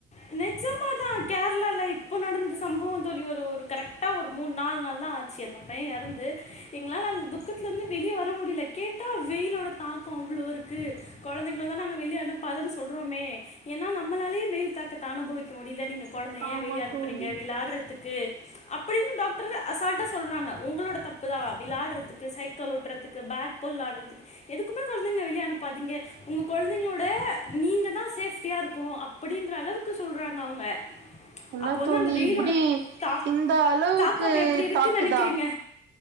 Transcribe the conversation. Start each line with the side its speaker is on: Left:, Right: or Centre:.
Left: <unintelligible> ஷ்ஜமாதா கேரளா லை இப்ப நடந்த சம்பவம் தோழி ஒரு ஒரு கரெக்டா ஒரு மூன் நாலு நாள் தா ஆச்சு அந்த பைய இறந்து எங்களால அந்த துக்கத்துலந்து வெளிய வ முடியல கேட்டா வெயிலோட தாக்கோ அவ்ளோருக்கு குழந்தைங்கள <unintelligible> வெளிய அனுப்பாதன் சொல்றோமே ஏன்னா நம்மளாலேயே வெயில் தாக்கத்த அனுபவிக்க முடியல நீங்க குழந்தையே
Right: ஆமா
Left: ஏ வெளிய அனுப்புறீங்க
Right: தோழி
Left: விளாட்றதுக்கு அப்படின்னு டாக்டரு அசால்டா சொல்றாங்க உங்களோட தப்புதா விளையாட்றதுக்கு, சைக்கிள் ஓட்டுறதுக்கு, பேக் போல் விளையாடுறதுக்கு எதுக்குமே குழந்தைங்க வெளிய அனுப்பாதீங்க உங்க குழந்தைங்களோட நீங்க தான் சேப்டியா இருக்கணும் அப்படின்ற அளவுக்கு சொல்றாங் <unintelligible> அவங்க
Right: என்ன
Left: அப்ப வந்து
Right: தோழி
Left: அந்த வெயிலோட
Right: இப்டி
Left: தாக்
Right: இந்த அளவுக்கு
Left: தாக்கம் அப்ப எப்டி இருக்கு
Right: தாக்குதா
Left: நினைக்கிறீங்க.